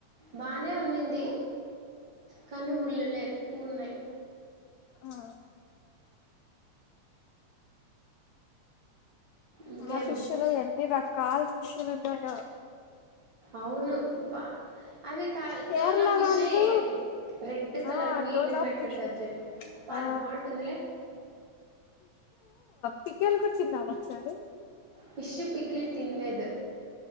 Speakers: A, on the right; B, on the left.
A: బానే ఉన్నింది. కానీ ముల్లులు. లెక్కు ఉన్నాయి
B: హా
A: ఇంకేం
B: ఆఫీష లో ఎన్ని రకాలు విష్యలు ఉన్నాయా
A: అవును బ అది కా
B: కేరళ
A: టోన్ ఆ ఫిష్ే
B: వాళ్ళు
A: ఏది రెడ్ colour
B: ఆ
A: meat
B: tone
A: ఉన్నట్టుంటుంది
B: of fish
A: చండి బ
B: ఆ
A: అది బాగుంటుందిలే
B: పికలు కూడా తిన్నా ఒకసారి
A: ఫిష్ పికిల్ తినలేదు